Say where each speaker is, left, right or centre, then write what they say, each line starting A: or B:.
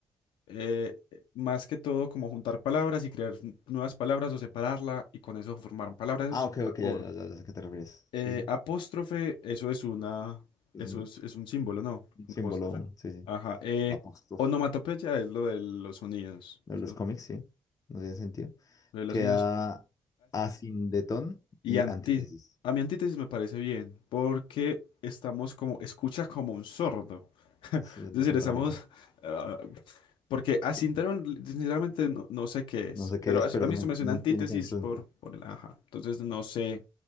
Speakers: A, on the left; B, on the left.
A: Eh, más que todo, como juntar palabras y crear n- nuevas palabras o separarla y con eso formar palabras, eso
B: Ah,
A: es un
B: ok,
A: calambur.
B: ok, ya, ya, ya, ya sé a qué te refieres.
A: Eh,
B: Sí, sí.
A: apóstrofe, eso es una,
B: Es
A: eso
B: un
A: es, es un símbolo, ¿no?
B: un
A: Un
B: símbolo,
A: apóstrofe.
B: sí, sí.
A: Ajá. Eh,
B: El apóstrofe
A: onomatopeya es lo de los sonidos,
B: de
A: ¿cierto?
B: los cómics, sí. No tiene sentido.
A: Lo de los
B: Queda
A: sonidos.
B: asindetón
A: Y
B: y
A: anti,
B: antítesis.
A: a mi antítesis me parece bien, porque estamos como, escucha como un sordo. <laughs> Es
B: Eso es
A: decir,
B: lo contrario,
A: estamos,
B: sí.
A: ah, porque asinteron,
B: Sí.
A: sinceramente no, no sé qué es,
B: No sé qué
A: pero
B: es,
A: as-
B: pero
A: a mí
B: no,
A: esto me suena
B: no
A: antítesis
B: tiene como mucho
A: por,
B: sentido.
A: por el ajá. Entonces no sé